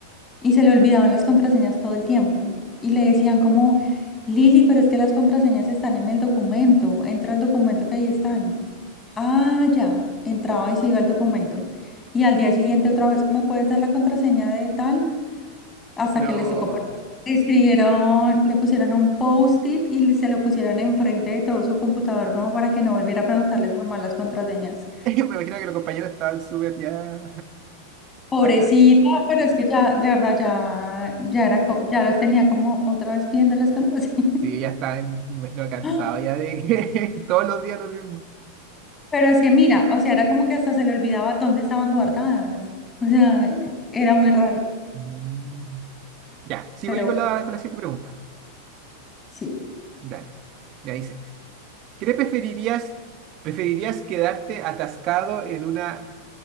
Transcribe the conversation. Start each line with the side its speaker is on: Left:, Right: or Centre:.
Left: y se le olvidaban las contraseñas todo el tiempo. Y le decían como, Lili, pero es que las contraseñas están en el documento, entra al documento que ahí están. Ah, ya, entraba y se iba al documento. Y al día siguiente otra vez, ¿me puedes dar la contraseña de tal? Hasta
Right: No.
Left: que les tocó poner- escribieron, le pusieron un post-it y le- se lo pusieron enfrente de todo su computador como para que no volviera a preguntarles jamás las contraseñas.
Right: <laughs> Me imagino que los compañeros estaban súper ya.
Left: Pobrecita,
Right: hasta la-
Left: pero es que ya, de verdad, ya, ya era, co- ya los tenía como otra vez pidiendo las contraseñas.
Right: Sí, ya estaban, me imagino, cansados
Left: <laughs>
Right: ya de que <laughs> todos los días lo mismo.
Left: Pero es que mira, o sea, era como que hasta se le olvidaba dónde estaban guardadas. O sea, era muy raro,
Right: Mm. Ya, sigo
Left: pero
Right: yo con la, con la siguiente pregunta.
Left: sí.
Right: Dale. Ya dice, ¿qué preferirías, preferirías quedarte atascado en una